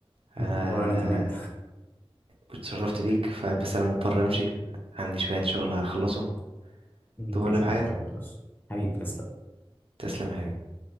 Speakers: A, on the right; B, on the left.
A: أنا
B: والله انا كمان
A: اتشرفت بيك فبس أنا مضطر أمشي عندي شوية شغل هخلصه
B: مم.
A: تمر
B: مفيش
A: بحاجة
B: مشكله خلاص حبيبي تسلم
A: تسلم يا حبيبي